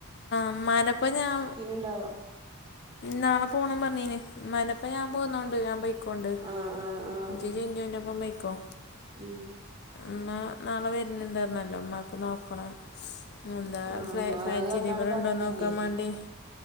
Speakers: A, on the left; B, on the right.
A: ഉമ്മാന്റെ ഒപ്പം ഞാൻ
B: ഞ്ഞ് ണ്ടാവോ
A: നാളെ പൊണം പറഞ്ഞീനി ഇമ്മാൻ്റപ്പം ഞാൻ പൊന്നൊണ്ട് ഞാൻ പൊയിക്കൊണ്ട്
B: ആഹ് ആഹ് ആഹ്
A: ഇജ്
B: ആഹ്
A: ചിചുന്റെ അപം പോയിക്കോ
B: ഉം
A: ഉമ്മ നാളെ വരുന്നണ്ടരുന്നല്ലോ ഉമ്മാക്ക് നോക്കണം എന്താ
B: ആഹ്
A: ഫ
B: അമ്മ
A: ഫാറ്റി
B: അത് അന്നവിടെ
A: ലവർ
B: കാട്ടിട്ടില്ലേ
A: ഉണ്ടോന്ന് നോക്കാൻ വേണ്ടി.